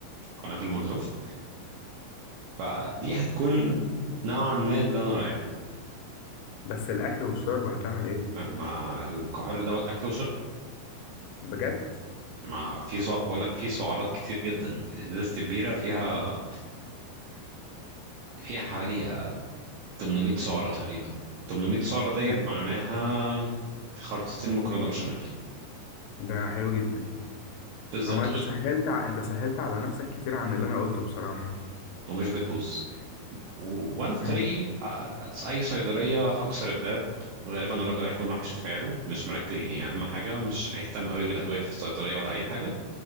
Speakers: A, on the right (about 70°); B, on the left (about 80°).
A: قنابل مولوتوف فدي هتكون نوعا ما اللي انا رايح له
B: بس الاكل والشرب هتعمل ايه
A: مع مع الكحول دوت اكل وشرب
B: بجد
A: مع في سع... بقول لك في سعرات كتير جدا ازازه البيره فيها فيها حوالي 800 سعرة تقريبا 800 سعرة ديت
B: مم.
A: معناها خرطتين مكرونة بشاميل
B: ده حلو جدا
A: بالظبط
B: هو انت
A: ومش
B: سهلت ع... انت سهلت على نفسك كتير عن اللي انا قلته بصراحة
A: ومش بتبوظ و... وانا في طريقي
B: امم
A: آه، آه، اي صيدلية هكسر الباب غالبا الراجل هيكون راح يشوف عياله مش مركز يعني اهم حاجة مش هيهتم قوي بالادوية اللي في الصيدلية ولا اي حاجة